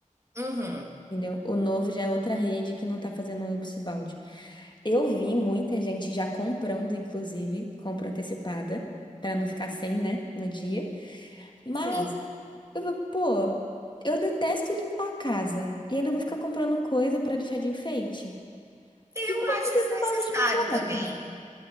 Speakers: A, on the right; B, on the left.
A: Uhum.
B: entendeu? O novo já é outra rede que não tá fazendo esse balde. Eu vi muita gente já comprando, inclusive, compra antecipada, pra não ficar sem, né, no dia. Mas
A: Sim.
B: Eu falo, pô, eu detesto limpar a casa e ainda vou ficar comprando coisa pra deixar de enfeite. O
A: Eu
B: que que eu vou
A: acho
B: fazer
A: desnecessário
B: com um balde de pipoca?
A: também.